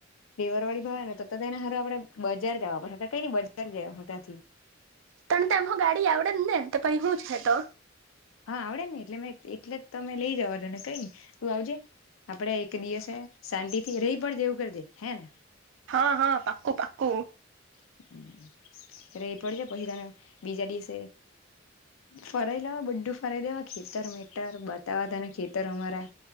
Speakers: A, on the left (about 85°); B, on the right (about 65°).
A: ફ્લેવર વાડી ભાવે તો તેના હારું આપડે બજાર જવા પડહે કઈની બજાર જય આવહું તાથી
B: તને તો એમ હો ગાડી આવડે જ ને તો પહિ હું છે તો
A: હા આવડે ને એટલે મે એટલે જ તો મે લઈ જવા ને કઈ નઈ તું આવજે આપડે એક દિવસે શાંતિ થી રેય પડજે એવું કરજે હે ને.
B: હા હા પાકું પાકું
A: <inaudible> રેય પડજે પહિ તને બીજા દિવસે ફરાઈ લેવા બધું ફરાઈ દેવા ખેતર મેટર બતાવા તને ખેતર અમારા